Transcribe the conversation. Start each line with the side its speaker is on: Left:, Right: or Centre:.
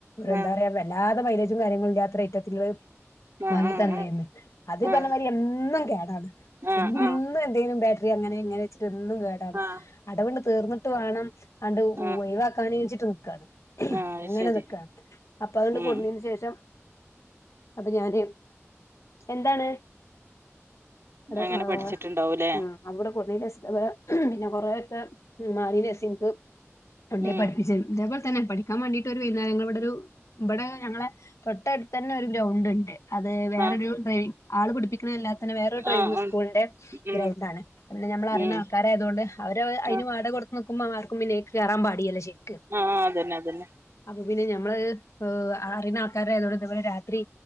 Right: ആഹ്
Left: എന്താ പറയാ വല്ലാതെ മൈലേജും കാര്യങ്ങളല്ലാത്ര ഐറ്റത്ത്ള്ള്
Right: ആഹ്
Left: വാങ്ങി തന്നേന്ന്.
Right: ആഹ്
Left: അതീ
Right: ആഹ്
Left: പർഞ്ഞ മാതിരി എന്നും കേടാണ്.
Right: ആഹ്
Left: എന്നും
Right: ആഹ്
Left: എന്തേലും ബേ തി അങ്ങനേ ഇങ്ങനേച്ച്ട്ട് എന്നും കേടാണ്.
Right: ആഹ്
Left: അടവ്ണ് തീർന്ന്ട്ട് വാണം ആണ്ട്‌
Right: ആഹ്
Left: ഒഴിവാക്കാനേച്ച്ട്ട് നിക്കാണ്.
Right: ആഹ് അത്
Left: അങ്ങനെ
Right: ശരി
Left: നിക്കാണ്. അപ്പൊ അത്ങ്ങട്
Right: ഉം
Left: കൊട്ന്നീന് ശേഷം അത് ഞാന്. എന്താണ്? അട്
Right: അങ്ങനെ
Left: ആഹ്
Right: പഠിച്ചിട്ടുണ്ടാവൂലേ
Left: ആഹ് അവ്ടെ <unintelligible> പിന്നെ കൊറേക്കെ മാറിനേഷം ഇൻക്ക് പണ്ടേ
Right: ഉം
Left: പഠ്പ്പിച്ച്. <unintelligible> ത്തെന്നെ. പഠിക്കാൻ മാണ്ടീട്ട് ഒരു വൈകുന്നേരങ്ങള് ഇവ ടൊരു ഇബടെ ഞങ്ങളെ തൊട്ടട്ത്തെന്നെ ഒരു ഗ്രൗണ്ട്ണ്ട്. അതേ വേറൊരു
Right: ആഹ്
Left: ഡ്രൈവിംഗ് ആള് പുട്പ്പിക്കണല്ലാ <unintelligible> ന് വേറൊരു ഡ്രൈവിംഗ്
Right: ആഹ് ഉം
Left: സ്കൂളിന്റെ
Right: ഉം
Left: ഗ്രൗണ്ടാണ്. ഞമ്മള റിണ
Right: ഉം
Left: ആൾക്കാരായതോണ്ട്, അവര് അയ്ന്
Right: ആഹ്
Left: വാടകൊടുത്ത് നിക്കുമ്പൊ ആർക്കും പിന്നെ കേറാം പാടിയല്ല ശെരിക്ക്.
Right: ആഹ് അതന്നെ അതന്നെ
Left: അപ്പൊ പിന്നെ ഞമ്മള് ഏഹ് അറിണ ആൾക്കാരായതോണ്ട് ഇതേപോലെ രാത്രി